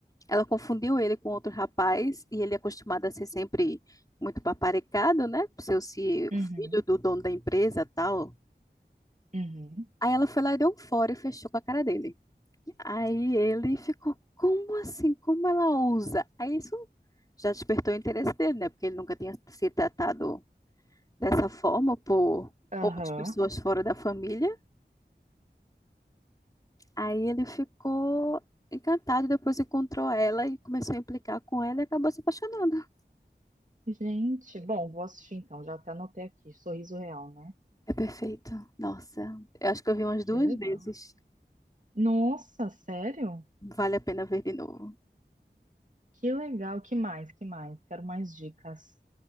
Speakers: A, on the left; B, on the right.
A: ela confundiu ele com outro rapaz e ele é acostumado a ser sempre muito paparicado, né? Por ser o ci- o
B: Uhum.
A: filho do dono da empresa tal.
B: Uhum.
A: Aí ela foi lá e deu um fora e fechou com a cara dele. Aí ele ficou, como assim? Como ela ousa? Aí isso já despertou o interesse dele, né? Porque ele nunca tinha se tratado dessa forma por outras
B: Aham.
A: pessoas fora da família. Aí ele ficou encantado e depois encontrou ela e começou a implicar com ela e acabou se apaixonando.
B: Gente, bom, vou assistir então. Já até anotei aqui. Sorriso Real, né?
A: É perfeito. Nossa, eu acho que eu vi umas duas
B: Que legal.
A: vezes.
B: Nossa, sério?
A: Vale a pena ver de novo.
B: Que legal. Que mais? Que mais? Quero mais dicas